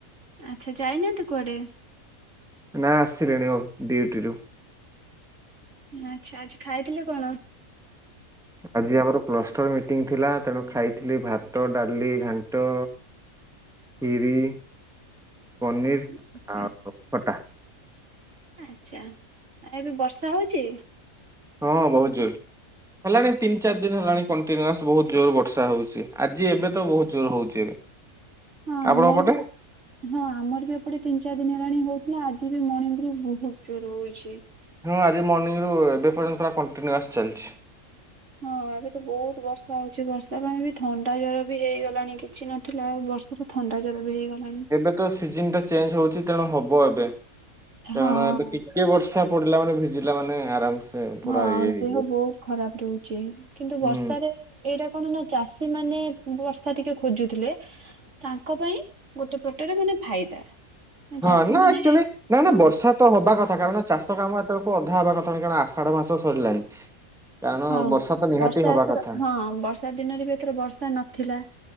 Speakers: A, on the right (about 55°); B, in the centre.
A: ଆଚ୍ଛା ଯାଇନାହାନ୍ତି କୁଆଡ଼େ?
B: ନା ଆସିଲେଣି ଆଉ ଡ୍ୟୁଟିରୁୁ।
A: ଆଚ୍ଛା ଆଜି ଖାଇଥିଲେ କଣ?
B: ଆଜି ଆମର କ୍ଲଷ୍ଟର ମିଟିଂ ଥିଲା ତେଣୁ ଖାଇଥିଲି ଭାତ, ଡାଲି, ଘାଣ୍ଟ ଖିରି, ପନିର
A: ଆଚ୍ଛା
B: ଆଉ ଖଟା।
A: ଆଚ୍ଛା ଏବେ ବର୍ଷା ହଉଛି?
B: ହଁ ବହୁତ ଜୋରେ। ହେଲାଣି ତିନି ଚାରି ଦିନ ହେଲାଣି କଣ୍ଟିନ୍ୟୁଆସ ବହୁତ ଜୋର ବର୍ଷା ହଉଛି ଆଜି ଏବେ ତ ବହୁତ ଜୋର ହଉଛି ଏବେ।
A: ହଁ
B: ଆପଣଙ୍କ
A: ଆମର
B: ପଟେ?
A: ବି ହଁ ଆମର ବି ଏପଟେ ତିନି ଚାରି ଦିନ ହେଲାଣି ହଉଥିଲା ଆଜି ବି ମର୍ଣିଙ୍ଗ ରୁ ବହୁତ ଜୋର ହଉଛି।
B: ହଁ ଆଜି ମର୍ଣିଂରୁ ଏବେ ପର୍ଯ୍ୟନ୍ତ ପୁରା କଣ୍ଟିନ୍ୟୁଆସ୍ ଚାଲିଛି।
A: ହଁ ଏବେ ତ ବହୁତ ବର୍ଷା ହଉଛି ବର୍ଷା ପାଇଁ ବି ଥଣ୍ଡା ଜର ବି ହେଇଗଲାଣି କିଛି ନଥିଲା ଆଉ ବର୍ଷା ସେୁରା ଥଣ୍ଡା ଜ୍ୱର ବି ହେଇଗଲାଣି।
B: ଏବେ ତ ସିଜନ ଟା ଚେଞ୍ଜ ହଉଛି ତେଣୁ ହବ ଏବେ
A: ହଁ।
B: କାରଣ ଏବେ ଟିକେ ବର୍ଷା ପଡ଼ିଲା ମାନେ ଭିଜିଲା ମାନେ ଆରାମସେ ପୁରା
A: ହଁ
B: ଇଏ ହେଇଯିବ।
A: ଦେହ ବହୁତ ଖରାପ ରହୁଛି କିନ୍ତୁ
B: ହୁଁ।
A: ବର୍ଷାରେ ଏଇଟା କଣ ନା ଚାଷୀ ମାନେ ବର୍ଷା ଟିକେ ଖୋଜୁଥିଲେ ତାଙ୍କ ପାଇଁ ଗୋଟେ ପଟରେ ମାନେ ଫାଇଦା।
B: ହଁ
A: ଚାଷୀ
B: ନା
A: ମାନେ
B: ଆକ୍ଚୁଆଲି ନା ନା
A: ହଁ
B: ବର୍ଷା ତ ହବା କଥା କାରଣ ଚାଷ କାମ ଏତେ ବେଳକୁ ଅଧା ହେବା କଥା ନା କାରଣ ଆଷାଢ଼ ମାସ ସରିଲାଣି। କାରଣ
A: ହଉ
B: ବର୍ଷା ତ ନିହାତି
A: ବର୍ଷା
B: ହବା
A: ଏଥର
B: କଥା
A: ହଁ ବର୍ଷା ଦିନରେ ବି ଏଥର ବର୍ଷା ନଥିଲା